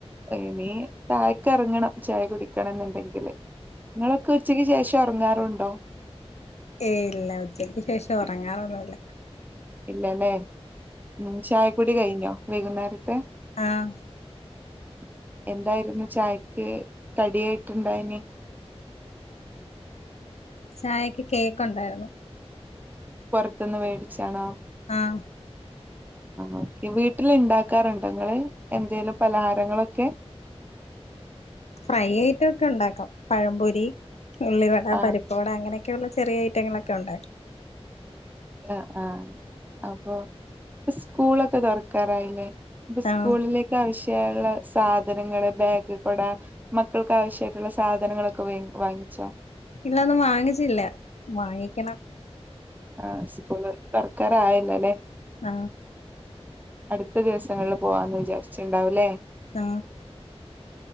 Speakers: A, on the right; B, on the left.
A: ഇനി താഴ്ക്ക് ഇറങ്ങണം ചായ കുടിക്കണം എന്നുണ്ടെങ്കില് നിങ്ങളൊക്കെ ഉച്ചയ്ക്ക് ശേഷം ഒറങ്ങാറുണ്ടോ
B: ഏയ് ഇല്ല ഉച്ചക്ക് ശേഷം ഉറങ്ങാറോന്നുല്ല
A: ഇല്ലല്ലേ ഉം ചായക്കുടി കഴിഞ്ഞോ വൈകുന്നേരം
B: ആഹ്
A: <unintelligible> എന്തായിരുന്നു ചായക്ക് കടിയായിട്ടുണ്ടായിന്
B: ചായക്ക് കേക്കോണ്ടായിരുന്നു
A: പുറത്തുന്ന് മേടിച്ചാണോ
B: ആഹ്
A: ആഹ് ഓക്കെ വീട്ടിൽ ഉണ്ടാക്കാറുണ്ടങ്ങള് എന്തെലും പലഹാരങ്ങളൊക്കെ
B: ഫ്രൈ ഐറ്റോക്കെ ഉണ്ടാക്കാം പഴംപൊരി ഉള്ളിവട
A: ആഹ്
B: പരിപ്പുവട അങ്ങനെയൊക്കെള്ള ചെറിയ ഐറ്റങ്ങള് ക്കെ ഉണ്ടാ
A: ആ ആ അപ്പൊ സ്കൂളൊക്കെ തുറക്കാറായില്ലേ ഇപ്പൊ സ്കൂളിലേക്കവശ്യം
B: ആഹ്
A: ള്ള സാധനങ്ങള് ബാഗ് കൊട മക്കൾക്ക് ആവശ്യമായിട്ടുള്ള സാധനങ്ങളൊക്കെ വ വാങ്ങിച്ചോ
B: ഇല്ല ഒന്നും വാങ്ങിച്ചില്ല വാങ്ങിക്കണം
A: ആ സ്കൂള് തോറക്കറയല്ലോലെ
B: ആ
A: അടുത്ത ദിവസങ്ങളിൽ പോവാന്ന് വിചാരിച്ചിണ്ടാവൂലേ
B: ആ